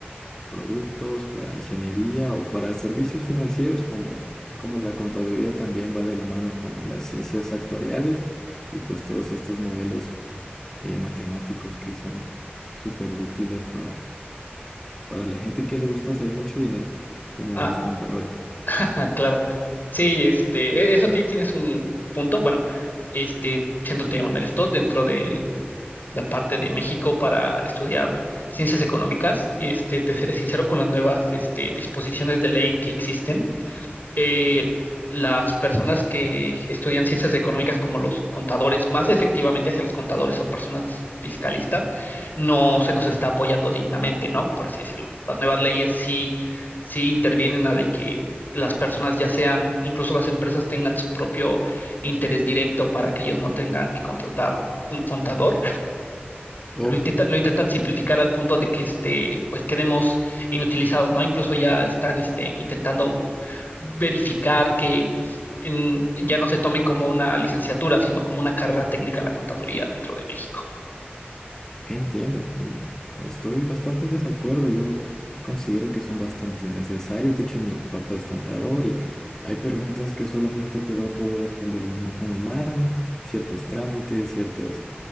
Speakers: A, on the left; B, on the left.
A: productos, para ingeniería o para servicios financieros, como, como la contaduría también va de la mano con las ciencias actuariales y pues todos estos modelos eh, matemáticos que son súper útiles para, para la gente que le gusta hacer mucho dinero, como
B: Ah,
A: a los contadores.
B: <laughs> ajá, claro. Sí, este, e- eso ti- tienes un punto. Bueno, este, siéndote honestos, dentro de la parte de México para estudiar ciencias económicas, este, te seré sincero con las nuevas, este, disposiciones de ley que existen. eh, las personas que estudian ciencias económicas como los contadores, más efectivamente hacia los contadores o personas fiscalistas, no se nos está apoyando dignamente, ¿no? Por así decirlo. Las nuevas leyes sí, sí intervienen a de que las personas ya sean, incluso las empresas tengan su propio interés directo para que ellos no tengan que contratar un contador.
A: Ok.
B: Lo intenta lo intentan simplificar al punto de que este, pues quedemos inutilizados, ¿no? Incluso ya están este, intentando verificar que en- ya no se tome como una licenciatura, sino como una carrera técnica la contaduría dentro de México.
A: Entiendo, mm, estoy bastante en desacuerdo, yo considero que son bastante necesarios, de hecho mi papá es contador y hay preguntas que solamente te va a poder responder un, un humano, ciertos trámites, ciertas